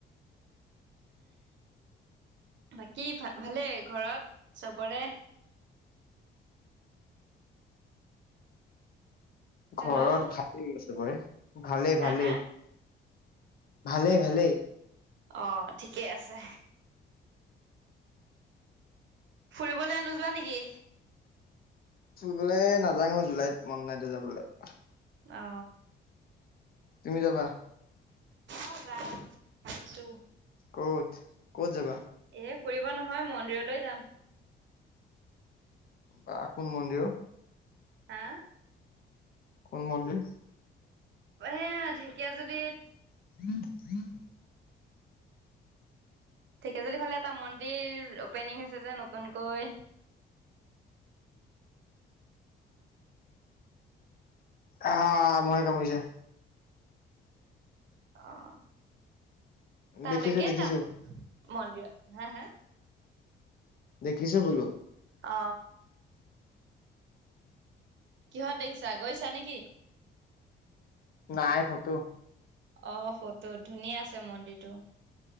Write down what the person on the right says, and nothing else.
বাকী ভালেই ঘৰত চবৰে হেল্ল'
হা
হা
অ ঠিকেই আছে ফুৰিবলৈ নোযোৱা নেকি
অ
অ যাম ভাবিছোঁ
এ ফুৰিব নহয় মন্দিৰলৈ যাম
হা
এ ঢেকীয়াজুলিত
ঢেঁকীয়াজুলি ফালে এটা মন্দিৰ অপেনিং হৈছে যে নতুনকৈ
অ তালৈকে
যাম মন্দিৰত হা হাৰ্ক ঢ
অ কিহত দেখিছা গৈছা নেকি
অ ফটো ধুনীয়া আছে মন্দিৰটো